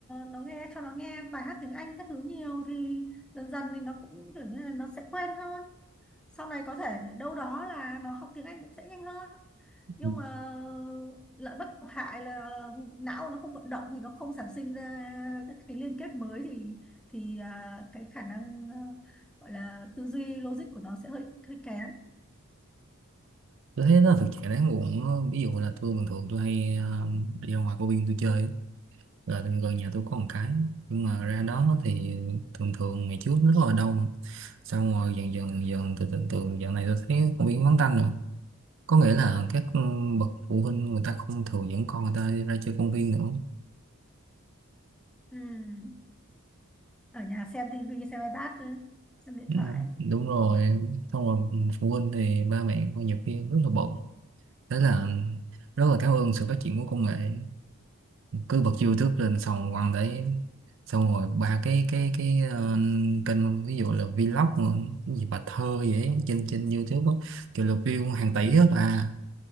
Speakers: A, in the centre; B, on the right (about 60°).
A: nó nghe cho nó nghe bài hát tiếng Anh các thứ nhiều thì dần dần thì nó cũng kiểu như là nó sẽ quen hơn sau này có thể đâu đó là nó học tiếng Anh cũng sẽ nhanh hơn nhưng
B: Ừ.
A: mà lợi bất cập hại là não nó không vận động thì nó không sản sinh ra các cái liên kết mới thì thì à, cái khả năng à, gọi là tư duy logic của nó sẽ hơi hơi kém
B: Tôi thấy nó thực trạng đáng buồn á. ví dụ là tôi bình thường tôi hay ờ, đi ra ngoài công viên tôi chơi á. là gần gần nhà tôi có một cái nhưng mà ra đó thì thường thường ngày trước rất là đông xong rồi dần dần dần từ từ từ dạo này tôi thấy công viên vắng tanh rồi có nghĩa là các ừ, bậc phụ huynh người ta không thường dẫn con người ta đi ra chơi công viên nữa
A: ừ. ở nhà xem tivi xem iPad xem điện
B: Dạ,
A: thoại
B: đúng rồi xong rồi phụ huynh thì ba mẹ con nhiều khi rất là bận thế là rất là cảm ơn sự phát triển của công nghệ cứ bật YouTube lên xong quăng đấy xong rồi ba cái cái cái ờ, kênh ví dụ là vlog mà, cái gì bà thơ vậy trên trên YouTube á kiểu là view hàng tỷ hết à